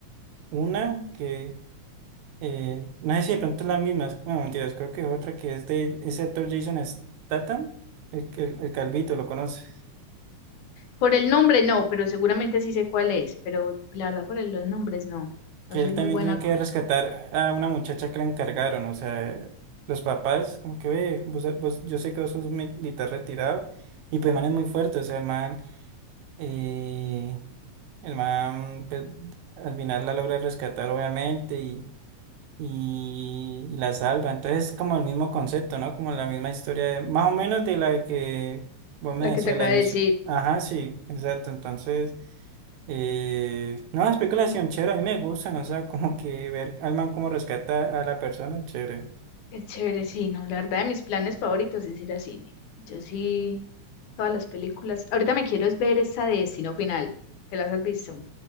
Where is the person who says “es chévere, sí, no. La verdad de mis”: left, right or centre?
Left